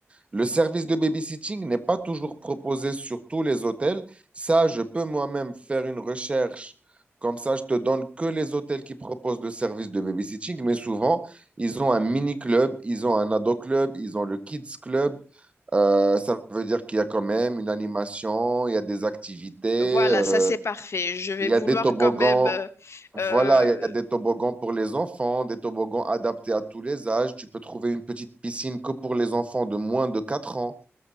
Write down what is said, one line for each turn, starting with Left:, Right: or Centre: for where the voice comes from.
Right: Le service de babysitting n'est pas toujours proposé sur tous les hôtels. Ça, je peux moi-même faire une recherche. Comme ça, je te donne que les hôtels qui proposent le service de babysitting. Mais souvent, ils ont un mini-club, ils ont un ado-club, ils ont le kids club. Euh, ça veut dire qu'il y a quand même une animation, il y a des activités,
Left: Voilà,
Right: euh,
Left: ça c'est parfait. Je vais
Right: il y
Left: vouloir
Right: a des toboggans.
Left: quand même euh,
Right: Voilà,
Left: euh,
Right: il y a des toboggans pour les enfants, des toboggans adaptés à tous les âges. Tu peux trouver une petite piscine que pour les enfants de moins de 4 ans.